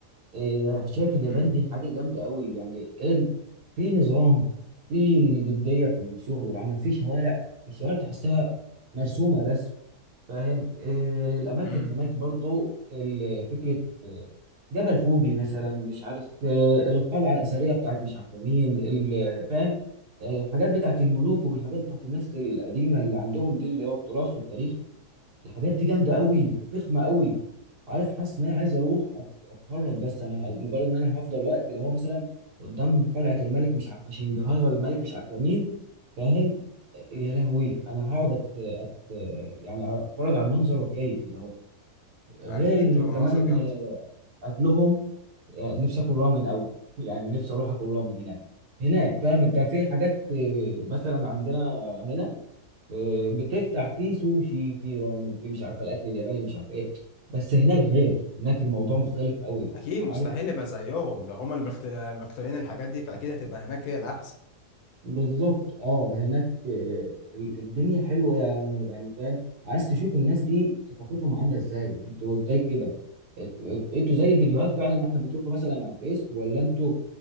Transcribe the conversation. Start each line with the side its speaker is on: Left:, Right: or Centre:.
Right: إيه، شايف اليابان
Left: امم
Right: دي حاجه جامده قوي يعني إيه في نظام في جديه في الشغل والعمل في شوارع الشوارع تحسها مرسومه رسم فاهم آه، الاماكن
Left: امم
Right: هناك برضو ال- فكره آه، جبل فوجي مثلا مش عارف آه، القلعه الاثريه بتاعت مش عارف مين ال- فاهم آه، الحاجات بتاعت الملوك والحاجات بتاعت الناس القديمه اللي عندهم دي اللي هو التراث والتاريخ الحاجات دي جامده قوي وفخمه قوي عارف حاسس ان انا عايز اروح أت- اتفرج بس انا هل- مجرد ان انا هفضل واقف كده هو مثلا قدام قلعه الملك مش عارفه شنجهار ولا الملك مش عارفه مين فاهم يا لهوي انا هقعد أت... أت... يعني اتفرج على المنظر واتكيف كده اهو غير
Left: اكيد بتبقى مناظر
Right: كمان
Left: جامده
Right: آه، اكلهم يعني نفسي اكل رامن قوي يعني نفسي اروح اكل رامن هناك هناك فاهم انت في حاجات آه، مثلا عندنا هنا آه، بتفتح فيه سوشي فيه رامن فيه مش عارفه الاكل الياباني مش عارفه ايه بس هناك غير هناك الموضوع مختلف قوي
Left: اكيد
Right: عارف
Left: مستحيل يبقى زيهم ده هما المخت- المخترعين الحاجات دي فاكيد هتبقى هناك هي الاحسن
Right: بالظبط اه هناك آه، ال- الدنيا حلوه يعني يعني فاهم عايز تشوف الناس دي ثقافتهم عامله ازاي انتوا ازاي كده إت- إت- انتوا زي الفيديوهات فعلا اللي احنا بنشوفها مثلا على الفيس ولا انتوا